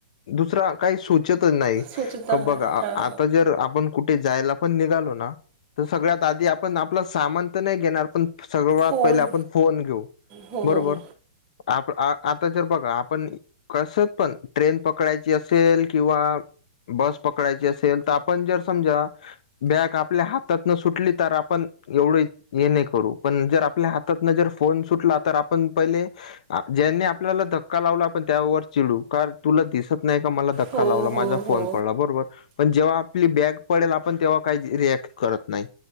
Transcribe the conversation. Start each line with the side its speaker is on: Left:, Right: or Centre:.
Left: दुसरा काही सूच तं नाही
Right: स्वच्छता
Left: क
Right: हां
Left: बघ आ आता जर आपण कुठे जायला पण निघालो ना तर सगळ्यात आधी आपण आपलं सामान तर नाही घेणार पण सर्वा
Right: फोन
Left: पहिला आपण फोन घेऊ
Right: हो
Left: बरोबर. आप आ आता जर बघा आपण कसं पण ट्रेन पकडायची असेल किंवा बस पकडायची असेल तर आपण जर समजा बॅग आपल्या हातात न सुटली तर आपण एवढे हे नाही करू पण जर आपल्या हातातनं जर फोन सुटला तर आपण पहिले ज्यांनी आपल्याला धक्का लावला आपण त्यावर चिडू का रे तुला दिसत नाही का मला धक्का
Right: हो
Left: लावला
Right: हो
Left: माझा फोन
Right: हो
Left: पडला बरोबर पण जेव्हा आपली बॅग पडेल आपण तेव्हा काही ज रिएक्ट करत नाही